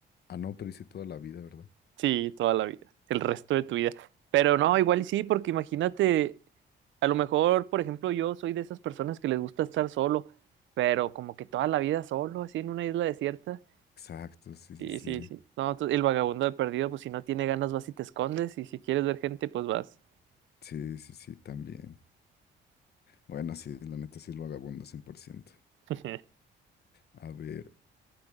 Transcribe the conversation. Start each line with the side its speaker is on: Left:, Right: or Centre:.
Left: Ah, no, pero hice toda la vida, ¿verdad?
Right: Sí, toda la vida, el resto de tu vida. Pero no, igual y sí, porque imagínate, a lo mejor, por ejemplo, yo soy de esas personas que les gusta estar solo, pero como que toda la vida solo, así en una isla desierta.
Left: Exacto, sí, sí,
Right: Sí,
Left: sí.
Right: sí, sí. No, tú- el vagabundo de perdido, pues si no tiene ganas vas y te escondes, y si quieres ver gente, pues vas.
Left: Sí, sí, sí, también. Bueno, sí, la neta sí es vagabundo cien por ciento
Right: <laughs>
Left: A ver,